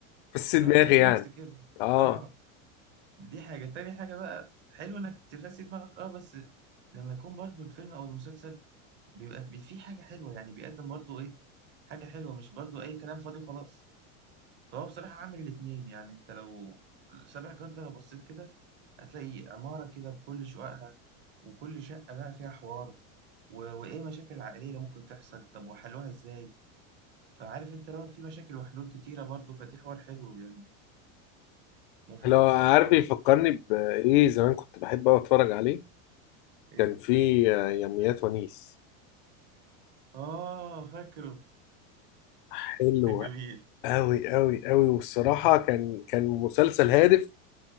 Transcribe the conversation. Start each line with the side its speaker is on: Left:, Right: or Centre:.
Left: بس دماغي
Right: آه تريلاكس
Left: يعني
Right: كده
Left: اه
Right: اه دي حاجه تاني حاجه بقى حلو انك تفسي دماغك اه بس لما يكون برضو الفيلم او المسلسل بيبقى بي- فيه حاجه حلوه يعني بيقدم برضو ايه حاجه حلوه مش برضو اي كلام فاضي وخلاص فهو بصراحة عامل الاتنين يعني انت لو سابع جار ده لو بصيت كده هتلاقي عمارة كده بكل شققها وكل شقة بقى فيها حوار و... وإيه مشاكل عائلية اللي ممكن تحصل طب وحلوها إزاي فعارف انت لو في مشاكل وحلول كتيرة برضه فدي حوار حلو يعني مفيد
Left: لو
Right: بصراحة
Left: عارف
Right: برضه
Left: بيفكرني بإيه زمان كنت بحب أوي أتفرج عليه
Right: إيه
Left: كان في آه، يوميات ونيس
Right: آه فاكره
Left: حلو
Right: كان جميل
Left: أوي أوي أوي والصراحة كان كان مسلسل هادف